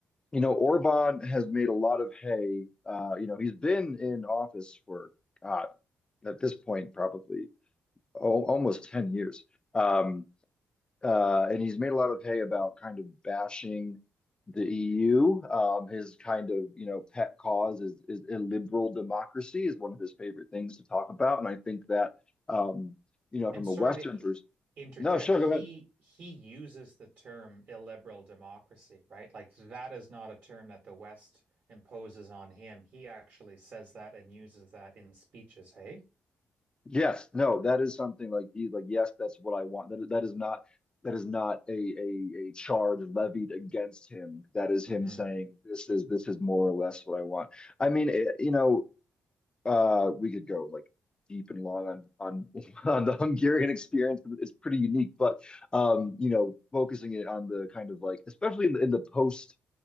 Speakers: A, on the left; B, on the right.
A: you know, Orban has made a lot of hay. Uh, you know, he's been in office for God, at this point probably al almost 10 years. Um, uh, and he's made a lot of hay about kind of bashing the EU. Um, his kind of you know pet cause is is illiberal democracy is one of his favorite things to talk about, and I think that um, you know from
B: And sorry
A: a Western
B: to
A: perspective.
B: interject,
A: No, sure,
B: he
A: go ahead.
B: he uses the term illiberal democracy, right? Like that is not a term that the West imposes on him. He actually says that and uses that in speeches, hey?
A: Yes, no, that is something like he's like yes, that's what I want. That that is not that is not a a a charge levied against him. That is him
B: hmm
A: saying this is this is more or less what I want. I mean, it, you know, Uh, we could go like deep and long on on <laughs> on the Hungarian experience, but it's pretty unique. But um, you know, focusing it on the kind of like, especially in the, in the post